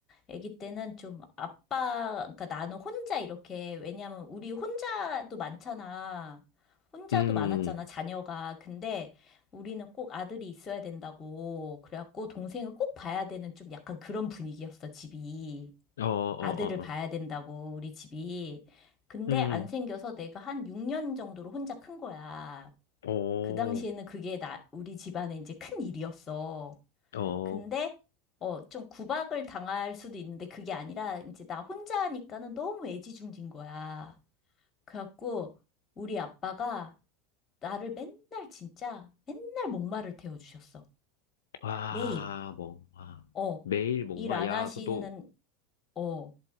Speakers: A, on the left; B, on the left.
A: 아기 때는 좀 아빠, 그러니까 나는 혼자 이렇게, 왜냐면 우리 혼자도 많잖아. 혼자도
B: 음,
A: 많았잖아, 자녀가. 근데 우리는 꼭 아들이 있어야 된다고. 그래갖고 동생을 꼭 봐야 되는 좀 약간 그런 분위기였어, 집이.
B: 어, 어,
A: 아들을
B: 어,
A: 봐야
B: 어.
A: 된다고 우리 집이. 근데
B: 음,
A: 안 생겨서 내가 한 6년 정도로 혼자 큰 거야.
B: 오,
A: 그 당시에는 그게 나 우리 집안에 이제 큰 일이었어.
B: 어.
A: 근데 어, 좀 구박을 당할 수도 있는데 그게 아니라 이제 나 혼자 하니까는 너무 애지중지인 거야. 그래갖고 우리 아빠가 나를 맨날 진짜 맨날 목마를 태워주셨어.
B: 아,
A: 매일.
B: 뭐, 아.
A: 어.
B: 매일 목마.
A: 일 안
B: 야,
A: 하시는,
B: 그 너,
A: 어.